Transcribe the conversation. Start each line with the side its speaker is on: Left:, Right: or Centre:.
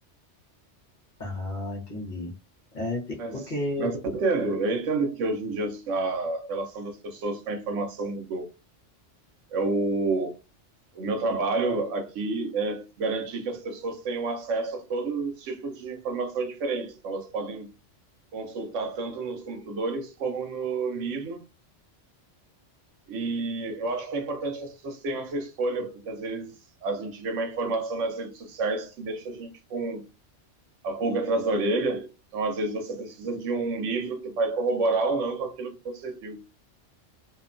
Left: Ah, entendi. É, tem
Right: Mas,
Left: que- porque
Right: mas eu entendo, eu entendo que hoje em dia a relação das pessoas com a informação mudou. É o, o meu trabalho aqui é garantir que as pessoas tenham acesso a todos os tipos de informação diferentes. Então, elas podem consultar tanto nos computadores como no livro. E eu acho que é importante que as pessoas tenham essa escolha, porque às vezes a gente vê uma informação nas redes sociais que deixa a gente com a pulga atrás da orelha. Então, às vezes, você precisa de um livro que vai corroborar ou não com aquilo que você viu.